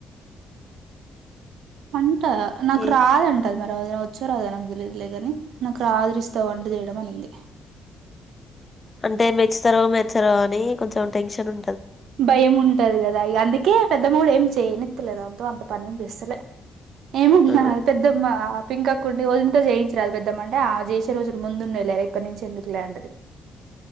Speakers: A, on the right; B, on the left.
A: అంట నాకు
B: ఏ
A: రాదంటది మరి రాదునో వచ్చో రాదో నాకు దెలీదులేగాని నాకు రిషిత వంట చేయడం అనింది
B: అంటే మెచ్చుతారో మెచ్చరో అని కొంచెం టెన్షన్ ఉ
A: భయము ఉంటది కదా అందుకే పెద్ద గూడా ఏం చేయనిత్తలేదామె తో అంత పని ఏం చేస్తలే ఏమ్ అన్నాది
B: ఆ
A: పెద్దమ్మ పింకక్క ఉండి వదినతో చేయించరాదు పెద్దమ్మ అంటే ఆమె జేసే రోజులు ముందున్నయ్ లే ఇప్పటి నించే ఎందుకు లే అంటది